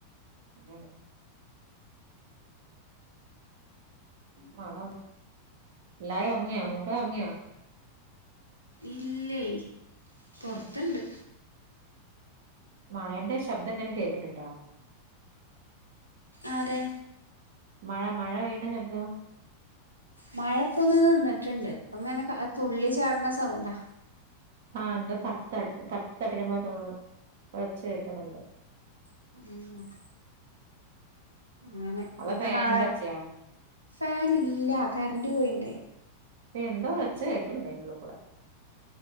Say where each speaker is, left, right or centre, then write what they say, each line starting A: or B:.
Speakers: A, on the right; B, on the right.
A: അങ്ങനെ മാട എല്ലാരും ഒറ്ങ്യെ മൂപ്പര് ഒറ്ങ്ങ്യാെ
B: ഇല്ലെയ് പൊറ്ത്ത്ണ്ട്
A: ഉം മഴേന്റെ ശബ്ദം ഇങ്ങനെ കേക്ക്‌ണ്ട്ട്ടാ
B: ആരെ
A: മഴ മഴ പെയ്യ്ണ ശബ്ദം
B: മഴ ഇപ്പൊന്ന് നിന്നിട്ട്ണ്ട്. ഇപ്പ ഇങ്ങനെ തുള്ളി ചാട്ണ സൗണ്ടാ
A: ആഹ് എന്താ തട്ട തട് തട്ടി തടീന മാതിരി തോന്ന്ണു. ഒച്ച കേക്കുന്നുണ്ട്
B: ഉം അങ്ങനെ ഇനിപ്പ
A: അതോ ഫാനിന്റെ
B: നാളെ
A: ഒച്ചയാ
B: ഫാന് ഇല്ല കര്ന്റ് പോയിണ്ടേ
A: പ്പെന്തോ ഒച്ച കേക്ക്ണ്ട് അയിന്റെ ഉള്ളി കൂടെ